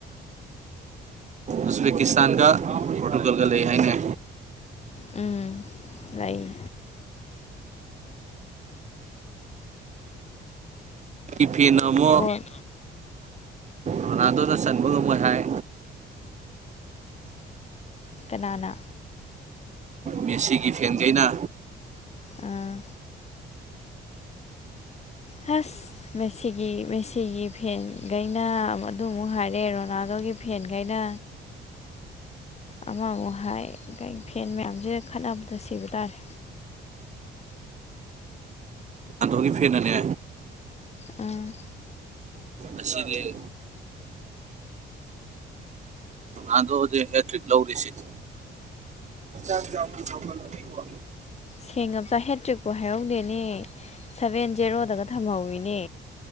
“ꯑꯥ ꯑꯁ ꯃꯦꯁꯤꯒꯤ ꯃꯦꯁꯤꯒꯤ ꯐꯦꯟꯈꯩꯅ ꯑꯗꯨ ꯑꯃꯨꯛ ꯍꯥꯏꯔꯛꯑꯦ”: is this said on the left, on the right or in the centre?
Left